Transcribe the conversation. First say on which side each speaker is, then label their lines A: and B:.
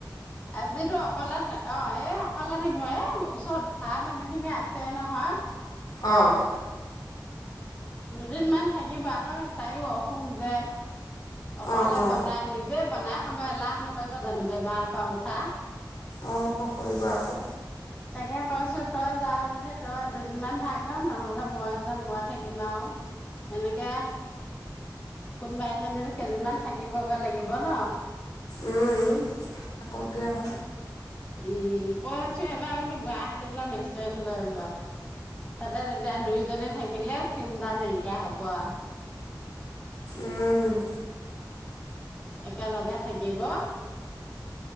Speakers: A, on the left (about 15°); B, on the left (about 55°).
A: আজিতো অকলে অ', এই অকলে থাকিব এ ওচৰত ভা মানুহ খিনি আছে নহয়।
B: অ'।
A: দুদিন মান থাকিব আকৌ। তাইও অসুখ যে অকলে
B: অ অ
A: বনাই নিজে বনাই। খাব এলাহ নকৰিবা জানো বেমাৰ পা উঠা।
B: অ', কৰিব আকৌ।
A: তাকে কৈছো তই যা যদি তই দুদিনমান থাকগৈ নহ'লে মই যাম মই থাকিম আউ। এনেকে, কোনোবা এজনীতো কেইদিনমান থাকিবগৈ লাগিব ন'।
B: উম উম কক গে আকৌ।
A: উম কৈ আছো এবাৰ বোলো গুৱাহাটীত লৈ মেচেল লৈ ল। তাতে তেতিয়া দুই জনে থাক থাকিলে চিন্তা নাইকিয়া হব আ।
B: উম
A: একেলগে থাকিব।